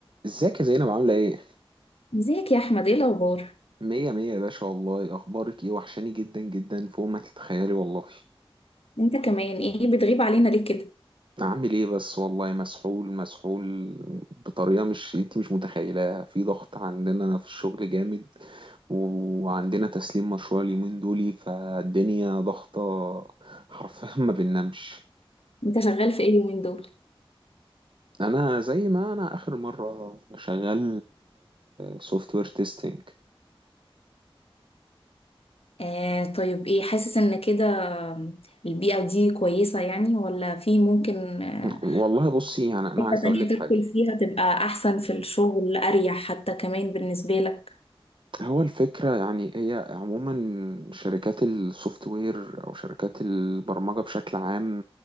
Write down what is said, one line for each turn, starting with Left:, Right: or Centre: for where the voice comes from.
Right: ازيك يا زينب عاملة ايه؟
Left: ازيك يا احمد ايه الاخبار
Right: مية مية يا باشا والله اخبارك ايه وحشاني جدا جدا فوق ما تتخيلي والله
Left: انت كمان ايه بتغيب علينا ليه كده
Right: عامل ايه بس والله مسحول مسحول بطريقة مش انت مش متخيلاها في ضغط عندنا في الشغل جامد وعندنا تسليم مشروع اليومين دولي فالدنيا ضغطة حرفيا ما بننامش
Left: انت شغال في ايه اليومين دول
Right: انا زي ما انا اخر مرة شغال سوفت وير تيستنج
Left: آه طيب ايه حاسس ان كده البيئة دي كويسة يعني ولا في ممكن آه،
Right: والله بصي يعني انا
Left: حتة
Right: عايز
Left: تانية
Right: اقول لك
Left: تدخل
Right: حاجة
Left: فيها تبقى احسن في الشغل اريح حتى كمان بالنسبة لك
Right: هو الفكرة يعني هي عموما شركات السوفت وير أو شركات البرمجة بشكل عام